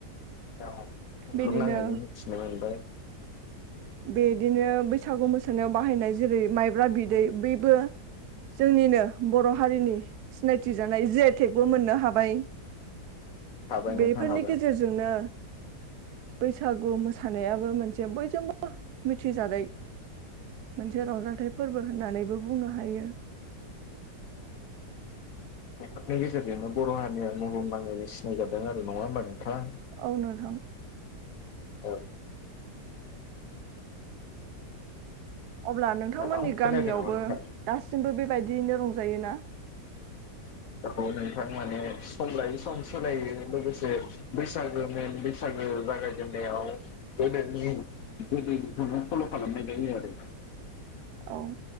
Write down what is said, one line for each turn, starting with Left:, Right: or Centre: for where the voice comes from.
Left: बु्हुमनाङैनो
Right: बेनिनो
Left: मिथिनो मोनबाय।
Right: बेदिनो बैसागु मोसानायाव बाहायनाय जेरै माइब्रा बिदै बैबो जोंनिनो बर' हारिनि सिनायथि जानाय जे टेकबो मोननो हाबाय।
Left: हाबाय नोंथां
Right: बेफोरनि
Left: हाबाय
Right: गेजेरजोंनो बैसागु मोसानायाबो मोनसे बयजोंबो मिथिजानाय मोनसे रंजाथाइ फोरबो होननानैबो बुंनो हायो। <inaudible>
Left: बेफोरनि गेजेरजोंनो बर' हारिनिया महल नांनो सिनाय जादों आरो नङा होमबा नोंथाङा
Right: और नोंथां।
Left: औ।
Right: अब्ला नोंथांमोननि
Left: हेलौ खोनायाखै
Right: गामियावबो
Left: नामा नोंथां?
Right: दासिमबो बेबायदियैनो रंज जायोना?
Left: औ‌ नोंथां माने सम लायै सम सोलायो लोगोसे बैसागो मेन बैसागो जागाय देननायाव गोेदनि गोदोखौ फल' खालामनाय जायो आरो
Right: औ।